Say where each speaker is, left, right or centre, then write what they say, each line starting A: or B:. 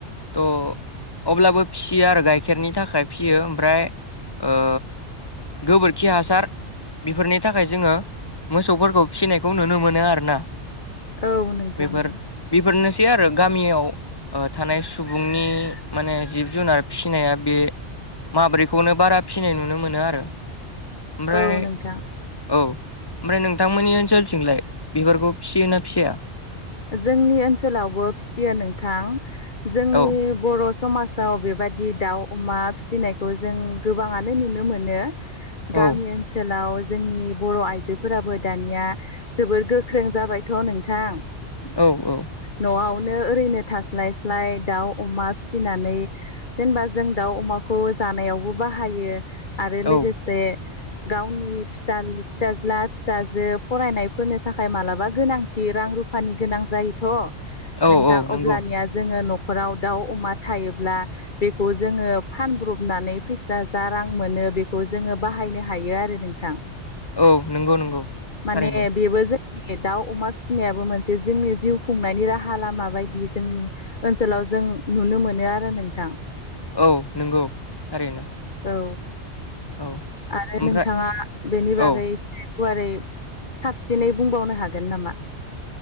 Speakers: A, on the left (about 20°); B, on the left (about 45°).
A: त'। अब्लाबो फियो आरो गाइखेरनि थाखाय फियो ओमफ्राय ओ। गोबोरखि हासार। बेफोरनि थाखाय जोंङो मोसौव फोरखौव फिसिनायखौ नुनो मोनो आरो ना।
B: औ औ नोंथां
A: बेफोर
B: औ
A: बेफोरनिनो आरो गामियाव। ओ थानाय सुबुंनि माने जिब जुनार फिनाया बे। माब्रैखौनो बारा फिनाय नुनो मोनो आरो ओमफ्राय
B: औ नोंथां
A: औव। ओमफ्राय नोंथांमोननि ओनसोलथिंलाय बिफोरखौ फियोना फिया?
B: जोंनि ओनसोलावबो फियो नोंथां। जोंनि
A: औ
B: बर' समाजाव बेबायदि दाउ अमा फिसिनायखौ जों गोबांङानो नुनो मोनो। गामि
A: औ
B: ओन सोलाव जोंनि बर' आइजोफोराबो दानिया जोबोर गोख्रों जाबायथ' नोंथां।
A: औ औ।
B: न'वावनो ओरैनो थास्लाय स्लाय दाउ अमा फिसिनानै जेनबा जों दाउ अमाखौ जानायावबो बाहायो आरो लोगोसे
A: औ
B: गावनि फिसा फिसाज्ला फिसाजो फरायनायफोरनि थाखाय मालाबा गोनांथि रां रु फानि गोनां जायोथ'
A: औ
B: नोंथां
A: औ नंगौ
B: अब्लानिया जोङो न खराव दाउ अमा थायोब्ला बेखौ जोङो फानब्रबनानै फैसा जा रां मोनो बेखौ जोङो बाहायनो हायो आरो नोंथां
A: औ नंगौ नंगौ
B: माने
A: थारैनो
B: बेबो जोंनि दाउ अमा फिसिनायाबो मोन से जोंनि जिउ खुंनायनि राहा लामा बायदि जोंनि ओनसोलाव जों नुनो मोनो आरो नोंथां।
A: औ नंगौ थारैनो।
B: औ।
A: औ।
B: आरो
A: ओमफ्राय
B: नोंथाङा बेनि बागै
A: औ
B: गुवारै साबसिनै बुंबावनो हागोन नामा?